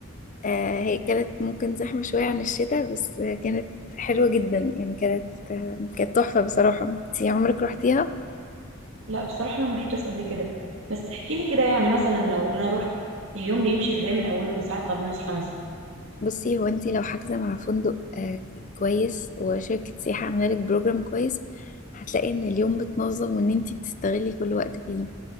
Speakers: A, on the left; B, on the right.
A: آه هي كانت ممكن زحمه شويه عن الشتاء بس كانت حلوه جدا يعني كانت كانت تحفه بصراحه انتي عمرك رحتيها
B: لا بصراحه انا ما رحتش قبل كده بس احكي لي كده يعني مثلا لو انا رحت اليوم بيمشي ازاي من اوله من ساعه ما بنصحى مثلا
A: بصي هو انت لو حاجزه مع فندق آه كويس وشركه سياحه عامله لك بروجرام كويس هتلاقي ان اليوم بتنظم وان انت بتستغلي كل وقت فيه